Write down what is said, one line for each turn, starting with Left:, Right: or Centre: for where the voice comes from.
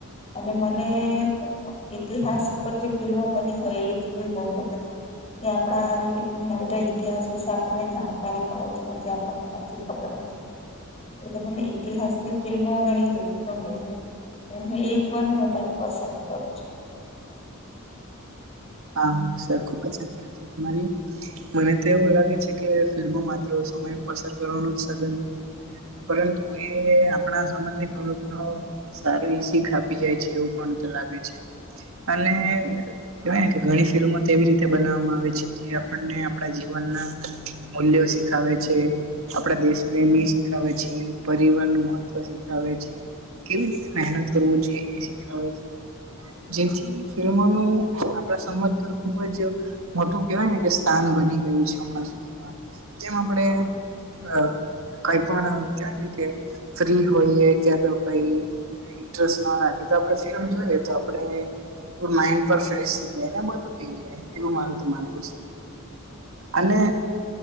Left: અને મને ઈતિહાસ પર જે ફિલ્મો બની હોય એ જોવી બઉ ગમે છે. એ આપણા ઘણા બધા ઇતિહાસ વિશે આપણને જાણકારી મળે છે જે આપણને નથી ખબર. એટલે મને ઈતિહાસની ફિલ્મો ઘણી જોવી ગમે છે, પણ હું એ જોવાનું વધારે પસંદ કરું છું.
Right: હા સર ખુબ જ સાચી વાત છે તમારી. મને તો એવું લાગે છે કે ફિલ્મો માત્ર સમય પસાર કરવાનું જ સાધન નથી. પરંતુ એ આપણા સમાજને ઘણો ખરો સારી એવી શીખ આપી જાય છે એવું પણ લાગે છે અને કેવાય ને કે ઘણી ફિલ્મો તેવી રીતે બનાવવામાં આવે છે. જે આપણને આપણા જીવનના મૂલ્યો શીખાવે છે. આપણા દેશ પ્રેમી શીખાવે છે, પરિવારનું મહત્વ શીખાવે છે. કેવી રીતે મહેનત કરવું જોઈએ એ શીખાવે છે જેથી ફિલ્મોનું આપણા સમત્ર ખુબ જ મોટું કેવાય ને કે સ્થાન બની ગયું છે હમણાં સુધીમાં. જેમ આપણે અ કંઈ પણ આમ કેવાયને કે ફ્રી હોઈએ કયા તો કંઈ ઇન્ટરસ્ટ ન રાખીએ તો પછી આમ જોઈએ તો આપણે થોડું માઈન્ડ પણ ફ્રેશ થઈ જાય ને બધું થઈ જાય એવું મારું તો માનવું છે. અને